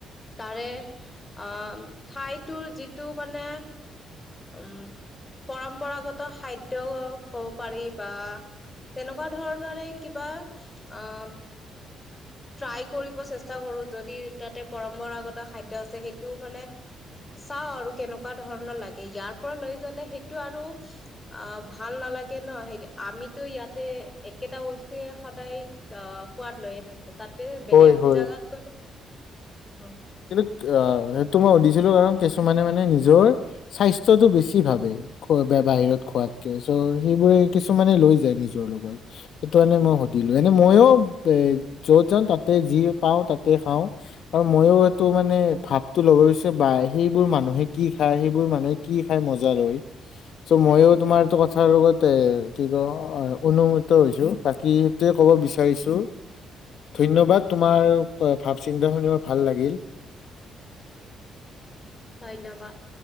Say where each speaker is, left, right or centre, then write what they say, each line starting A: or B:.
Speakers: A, on the left; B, on the left.
A: তাৰে আঁ ঠাইটো যিটো মানে- উম, পৰম্পৰাগত খাদ্য কব পাৰি বা, তেনেকুৱা ধৰণেৰে কিবা আঁ ট্ৰাই কৰিব চেষ্টা কৰো, যদি তাতে পৰম্পৰাগত খাদ্য আছে, সেইটো মানে চাও আৰু কেনেকুৱা ধৰণৰ লাগে, ইয়াৰ পৰা লৈ জালে সেইটো আৰু অঁ ভাল নালাগে ন, সেইটো আমিতো ইয়াতে একেটা বস্তুৱে সদায় অঁহ সোৱাদ লৈয়ে থাকো, তাতে বেলেগ
B: হয় হয়
A: জাগাত গ'লে অঁ
B: কিন্তু আহ সেইটো মই সুধিছিলো, কাৰণ কিছুমানে মানে নিজৰ স্বাস্থ্যটো বেছি ভাবে। খোৱা বা বাহিৰত খোৱাতকে। চ' সেইবোৰে কিছুমানে লৈ যায় নিজৰ লগত। সেইটো কাৰণে মই সুধিলো, এনে মইও এ য'ত যাও তাতে যি পাওঁ তাকে খাওঁ। আৰু মইও এইটো মানে ভাৱটো ল'ব বিচাৰো, বা সেইবোৰ মানুহে কি খায় সেইবোৰ মানুহে কি খাই মজা লয়। চ' মইয়ো এই তোমাৰটো কথাৰ লগত এ কি কও অনুমিত হৈছো, বাকী এইটোৱে ক'ব বিচাৰিছো, ধন্যবাদ তোমাৰ ভাৱ চিন্তা শুনিব ভাল লাগিল।
A: ধন্যবাদ।